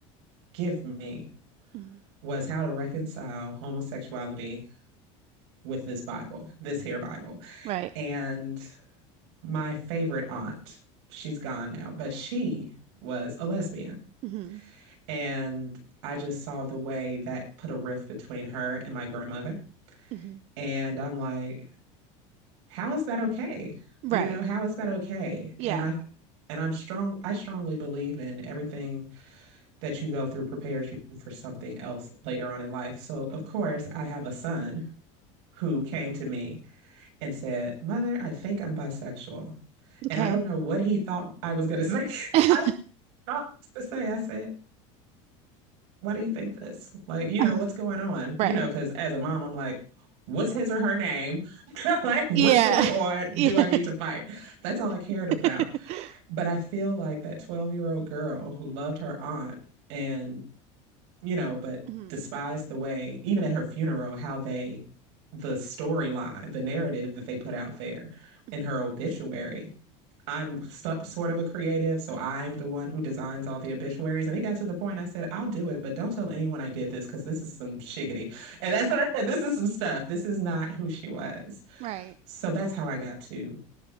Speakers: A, on the right; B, on the right.
A: give me
B: Mhm.
A: was how to reconcile homosexuality with this bible this here bible
B: Right.
A: and my favorite aunt she's gone now but she was a lesbian
B: hmm
A: and i just saw the way that put a rift between her and my grandmother
B: hmm
A: and i'm like How is that okay?
B: Right.
A: You know, how is that okay?
B: Yeah.
A: And I and I'm strong, I strongly believe in everything that you go through prepares you for something else later on in life. So, of
B: Mhm.
A: course, I have a son who came to me and said, "Mother, I think I'm bisexual."
B: Okay.
A: And I don't know what he thought I was going to say. <laughs>
B: <laughs>
A: I don't know what to say. I said, "Why do you think this? Like, you
B: Uh,
A: know, what's going on?" You
B: right.
A: know, because as a mom, I'm like, what's his or her name? <laughs> like, what's
B: Yeah.
A: going on?
B: <laughs>
A: Do
B: Yeah.
A: I need to fight? That's all I cared
B: <laughs>
A: about. But I feel like that 12-year-old girl who loved her aunt and, you know, but
B: Mhm.
A: despised the way, even at her funeral, how they, the storyline, the narrative that they put out there
B: Mhm.
A: in her obituary. I'm so, sort of a creative, so I'm the one who designs all the obituaries. And it got to the point I said, I'll do it, but don't tell anyone I did this because this is some shiggity. And that's what I said. This is some stuff. This is not who she was.
B: Right.
A: So that's how I got to